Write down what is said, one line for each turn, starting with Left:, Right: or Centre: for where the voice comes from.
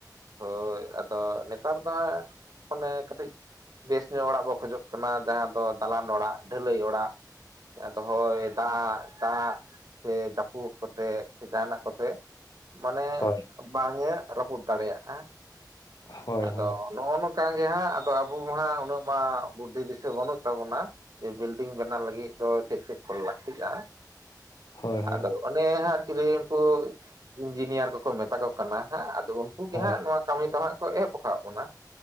Right: ᱦᱳᱭ ᱟᱫᱚ ᱱᱮᱛᱟᱨ ᱫᱚ ᱦᱟᱸᱜ ᱢᱟᱱᱮ ᱠᱟᱹᱴᱤᱡ ᱵᱮᱥ ᱧᱚᱜ ᱚᱲᱟᱜ ᱵᱚ ᱠᱷᱚᱡᱚᱜ ᱠᱟᱱᱟ ᱡᱟᱦᱟᱸ ᱫᱚ ᱫᱟᱞᱟᱱ ᱚᱲᱟᱜ ᱰᱷᱟᱹᱞᱟᱹᱭ ᱚᱲᱟᱜ, ᱟᱫᱚ ᱦᱳᱭ, ᱫᱟᱜ, ᱫᱟᱜ ᱥᱮ ᱡᱟᱹᱯᱩᱫ ᱠᱚᱛᱮ ᱥᱮ ᱡᱟᱦᱟᱸᱱᱟᱜ ᱠᱚᱛᱮ ᱢᱟᱱᱮ
Left: ᱦᱳᱭ
Right: ᱵᱟᱝᱼᱮ ᱨᱟᱹᱯᱩᱫ ᱫᱟᱲᱮᱭᱟᱜᱼᱟ
Left: ᱦᱳᱭ
Right: ᱟᱫᱚ-
Left: ᱦᱳᱭ
Right: ᱱᱚᱜᱼᱚ ᱱᱚᱸᱠᱟ ᱜᱮ ᱦᱟᱸᱜ ᱟᱫᱚ ᱟᱵᱚ ᱢᱟ ᱦᱟᱸᱜ ᱩᱱᱟᱹᱜ ᱢᱟ ᱵᱩᱫᱷᱤ ᱫᱤᱥᱟᱹ ᱵᱟᱹᱱᱩᱜ ᱛᱟᱵᱚᱱᱟ ᱡᱮ ᱵᱤᱞᱰᱤᱝ ᱵᱮᱱᱟᱣ ᱞᱟᱹᱜᱤᱜ ᱫᱚ ᱪᱮᱫ ᱪᱮᱫ ᱠᱚ ᱞᱟᱹᱠᱛᱤᱜᱼᱟ,
Left: ᱦᱳᱭ ᱦᱳᱭ
Right: ᱟᱫᱚ ᱚᱱᱮ ᱦᱟᱸᱜ ᱪᱤᱞᱤ ᱩᱱᱠᱩ ᱤᱧᱡᱤᱱᱤᱭᱟᱨ ᱠᱳᱠᱳ ᱢᱮᱛᱟ ᱠᱚ ᱠᱟᱱᱟ ᱦᱟᱸᱜ ᱟᱫᱚ ᱩᱱᱠᱩ ᱜᱮ
Left: ᱦᱳᱭ
Right: ᱦᱟᱸᱜ ᱱᱚᱣᱟ ᱠᱟᱹᱢᱤ ᱫᱚ ᱦᱟᱸᱜ ᱠᱚ ᱮᱦᱚᱵ ᱣᱟᱠᱟᱣᱟᱜ ᱵᱚᱱᱟ